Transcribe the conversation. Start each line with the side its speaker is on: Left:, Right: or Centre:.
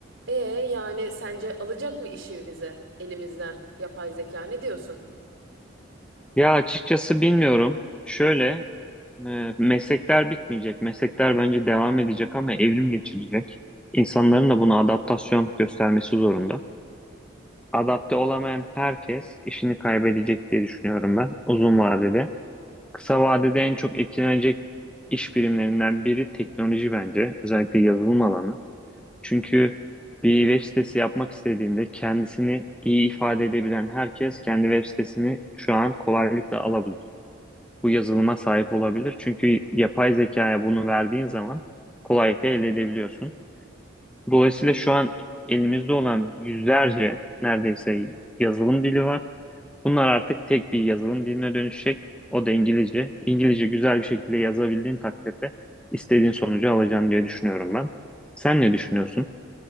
Right: E yani sence alacak mı işimizi elimizden yapay zeka ne diyorsun?
Centre: Ya açıkçası bilmiyorum. Şöyle e, meslekler bitmeyecek. Meslekler bence devam edecek ama evrim geçirecek. İnsanların da buna adaptasyon göstermesi zorunda. Adapte olamayan herkes işini kaybedecek diye düşünüyorum ben uzun vadede. Kısa vadede en çok etkilenecek iş birimlerinden biri teknoloji bence. Özellikle yazılım alanı. Çünkü bir web sitesi yapmak istediğinde kendisini iyi ifade edebilen herkes kendi web sitesini şu an kolaylıkla alabilir bu yazılıma sahip olabilir. Çünkü yapay zekaya bunu verdiğin zaman kolaylıkla elde edebiliyorsun. Dolayısıyla şu an elimizde olan yüzlerce neredeyse yazılım dili var. Bunlar artık tek bir yazılım diline dönüşecek. O da İngilizce. İngilizce güzel bir şekilde yazabildiğin takdirde istediğin sonucu alacaksın diye düşünüyorum ben. Sen ne düşünüyorsun?